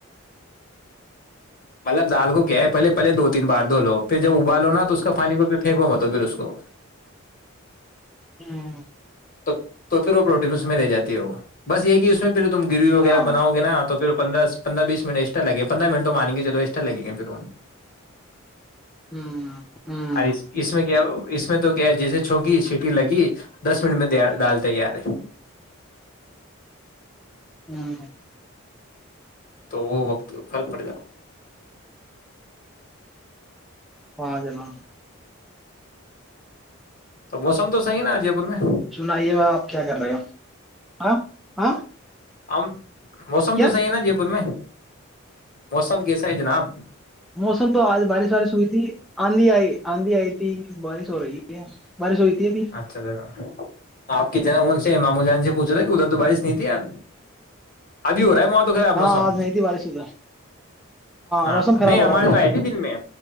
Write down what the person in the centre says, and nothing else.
ہاں
ہاں
ہوں ہوں
ہاں
ہاں جنا
سنائیے آپ کیا کر رہے ہو ہاں ہاں
کیا
موسم تو آج بارش وارش ہوئی تھی آندھی آئی آندھی آئی تھی بارش ہو رہی ہے بارش ہوئی تھی ابھی
ہاں
آج نہیں تھی بارش ادھر
موسم خراب
ہو
رہا ابھی